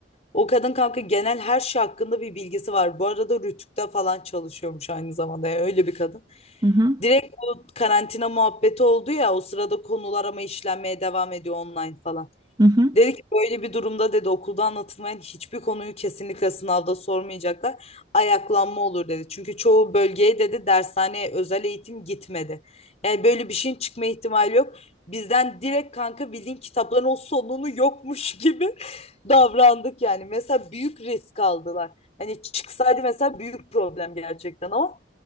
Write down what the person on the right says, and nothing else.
Hı hı.
Hı hı.